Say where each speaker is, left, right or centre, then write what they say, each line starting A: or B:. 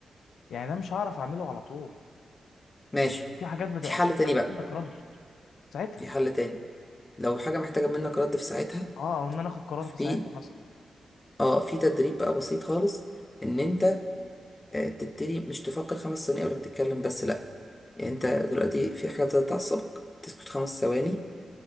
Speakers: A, on the left (about 85°); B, on the left (about 25°).
A: يعني ده مش هعرف اعمله على طول
B: ماشي
A: يعني في حاجات بتبقى
B: في حل
A: محتاجه
B: تاني بقى
A: منك رد ساعتها
B: في حل تاني لو حاجة محتاجة منك رد في ساعتها
A: اه او ان انا اخد قرار
B: في
A: في ساعتها مثلا
B: اه في تدريب بقى بسيط خالص ان انت آه، تبتدي مش تفكر خمس ثواني قبل ما تتكلم بس لأ يعني أنت دلوقتي في حاجة ابتدت تعصبك تسكت خمس ثواني